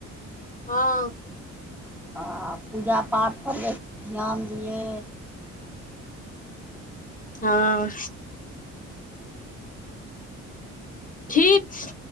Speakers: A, on the left; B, in the centre.
A: हँ
B: आ पूजा पाठपर जे ध्यान दियै।
A: हँ ठीक छै।